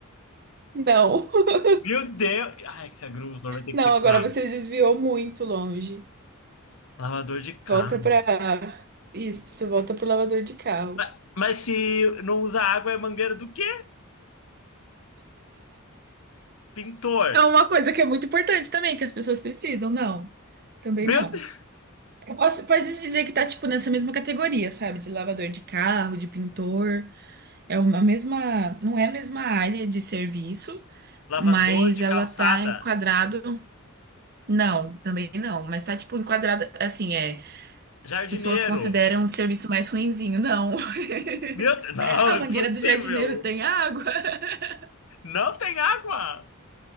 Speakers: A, on the right; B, on the left.
A: Não. <laughs>
B: Meu Deus. Ai, que esse agricultor vai ter
A: Não,
B: que ser
A: agora
B: claro.
A: você desviou muito longe.
B: Lavador de carro.
A: Volta pra. Isso, volta pro lavador de carro.
B: Mas, mas se não usa água, é mangueira do quê? Pintor.
A: É uma coisa que é muito importante também, que as pessoas precisam, não. Também
B: Meu
A: não.
B: Deus.
A: Eu posso- pode dizer que tá, tipo, nessa mesma categoria, sabe? De lavador de carro, de pintor. É uma mesma. Não é a mesma área de serviço,
B: Lavador
A: mas
B: de
A: ela
B: calçada.
A: tá enquadrado. Não, também não. Mas tá, tipo, enquadrada. Assim, é.
B: Jardineiro.
A: As pessoas consideram um serviço mais ruinzinho. Não. <laughs>
B: Meu Deus. Não,
A: A
B: impossível.
A: mangueira do jardineiro tem água? <laughs>
B: Não tem água.